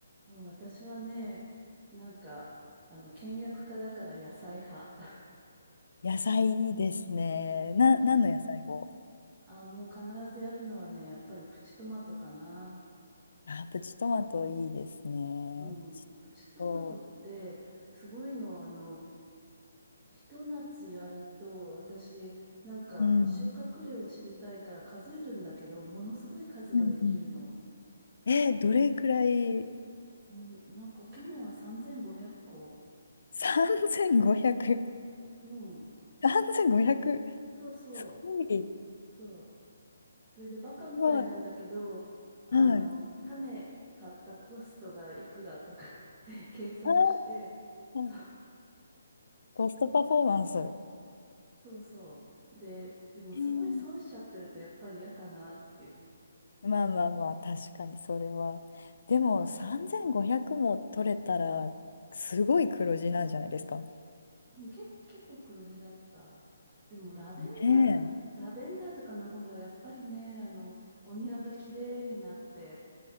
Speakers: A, on the right; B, on the left.
A: うん、私はね、なんか、あの、倹約家だから野菜派。<laughs>
B: 野菜いいですね。
A: うん。
B: な、何の野菜を
A: あ、もう必ずやるのはね、やっぱりプチトマトかな。
B: あ、プチトマトいいですね。
A: うん。
B: プチ
A: プチトマトって、
B: ト、
A: すごいの、あの、ひと夏やると、私、なんか、
B: うん。
A: 収穫量を知りたいから数えるんだけど、ものすごい数ができるの。
B: うんうん。えーどれくらい
A: うん、なんか去年は3500個。
B: ?3500。
A: うん。
B: 3500。
A: そうそ
B: すごい。す
A: う、そう。それでバカみたいなんだけど、
B: ごい。
A: あの、
B: はい。
A: 種買ったコストがいくらとか <laughs> って計算して、
B: あー
A: そう、
B: コストパフォーマンス。
A: そうそう。で、でもすごい損しちゃってるとやっぱり嫌かなっていう。
B: えーまあまあまあ、確かにそれは。でも、3500も取れたら、すごい黒字なんじゃないですか。
A: うん、け、結構黒字だった。でもラベンダー、
B: ね
A: ラベンダーとかの方がやっぱりね、あの、お庭が綺麗になって、